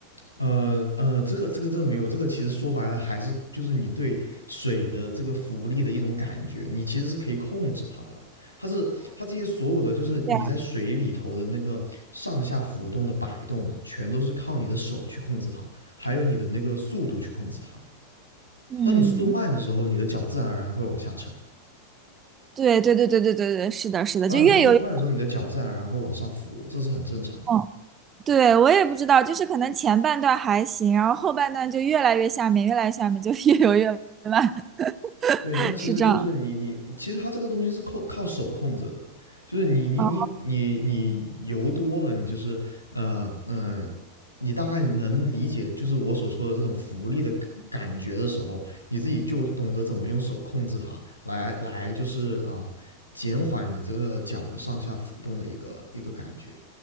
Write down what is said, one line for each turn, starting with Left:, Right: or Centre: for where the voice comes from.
Left: 呃呃，这个这个这个没有，这个其实说白了还是就是你对水的这个浮力的一种感觉，你其实是可以控制它的。它是它这些所有的就是你在水里头的那个上下浮动的摆动啊，
Right: 对啊，
Left: 全都是靠你的手去控制它，还有你的那个速度去控制它的
Right: 嗯，
Left: 当你速度慢的时候，你的脚自然而然会往下沉；
Right: 对对对对对对对，是的，是的，
Left: 当你速度快的时候，
Right: 就越游越
Left: 你的脚自然而然会往上浮，这是很正常
Right: 痛。对，我也不知道，就是可能前半段还行，然后后半段就越来越下面，越来越下面，就越游越慢，<laughs>
Left: 对，那其实就是你你其实它这个东西是靠靠手控制的
Right: 是这样。
Left: 就是你你你你你油多了，
Right: 哦，
Left: 你就是呃呃，你大概能理解就是我所说的这种浮力的感感觉的时候，你自己就懂得怎么用手控制它来来就是啊、呃减缓你这个脚的上下浮动的一个一个感觉。